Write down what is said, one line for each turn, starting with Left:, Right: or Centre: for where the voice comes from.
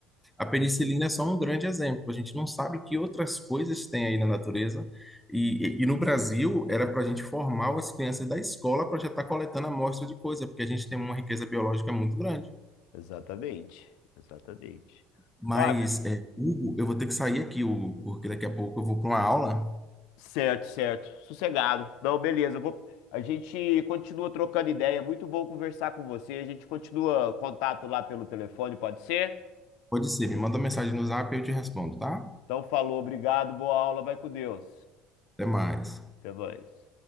Centre: A penicilina é só um grande exemplo. A gente não sabe que outras coisas tem aí na natureza. E, e- e no Brasil, era para a gente formar as crianças da escola para já estar coletando amostra de coisa, porque a gente tem uma riqueza biológica muito grande.
Left: Exatamente, exatamente.
Centre: Mas,
Left: Fábio,
Centre: é, Hugo, eu vou ter que sair aqui, Hugo, porque daqui a pouco eu vou para uma aula.
Left: Certo, certo. Sossegado. Não, beleza. eu Vou... A gente continua trocando ideia. É muito bom conversar com você. A gente continua contato lá pelo telefone, pode ser?
Centre: Pode ser, me manda uma mensagem no Zap e eu te respondo, tá?
Left: Então, falou, obrigado, boa aula, vai com Deus.
Centre: Até mais.
Left: Até mais.